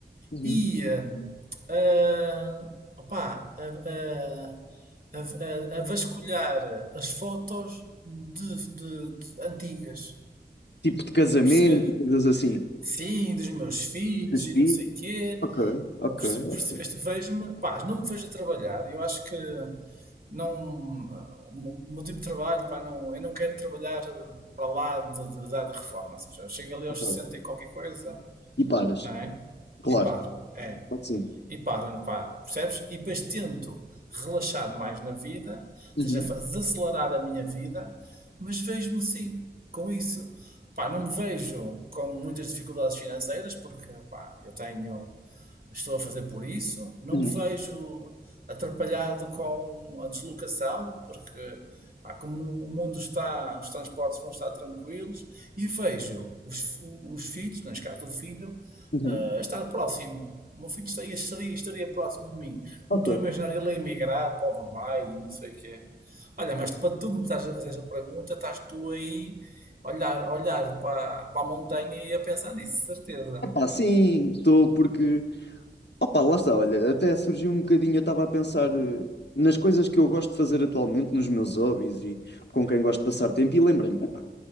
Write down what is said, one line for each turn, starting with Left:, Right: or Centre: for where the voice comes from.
Left: Uhum.
Right: e hum, ah, opá, a, a- a- a- a vasculhar as fotos de, de- de antigas,
Left: Tipo de casamento,
Right: perceber?
Left: coisas assim.
Right: Sim, dos meus filhos
Left: Os
Right: e
Left: filhos.
Right: não sei quê.
Left: Ok, ok,
Right: Perce- Percebeste?
Left: ok,
Right: Vejo-me, pá, não me vejo a trabalhar. Eu acho que não, o meu tipo de trabalho, pá, não, eu não quero trabalhar para lá de, de, da reforma. Ou seja, eu chego ali
Left: ok.
Right: aos 60 e qualquer coisa,
Left: E paras.
Right: não é?
Left: Claro,
Right: E paro. É.
Left: pode sim.
Right: e para, pá, percebes? E depois tento relaxar mais na vida, ou
Left: Uhum,
Right: seja, desacelerar a minha vida, mas vejo-me sim com isso. Pá, não me vejo com muitas dificuldades financeiras, porque pá, eu tenho estou a fazer por isso, não
Left: uhum,
Right: me vejo atrapalhado com a deslocação, porque pá, como o mundo está, os transportes vão estar tranquilos, e vejo os, os filhos, neste caso o filho,
Left: uhum.
Right: a estar próximo. O meu filho estaria, estaria, estaria próximo de mim.
Left: Ok.
Right: Não estou a imaginar ele a emigrar para o Dubai e não sei o que é. Olha, mas para tu me estás a fazer essa pergunta, estás tu aí a olhar, a olhar para, para a montanha e a pensar nisso, certeza.
Left: Epá, sim, estou porque Opa, lá está, olha, até surgiu um bocadinho, eu estava a pensar eh, nas coisas que eu gosto de fazer atualmente, nos meus hobbies e com quem gosto de passar tempo, e lembrei-me, epá,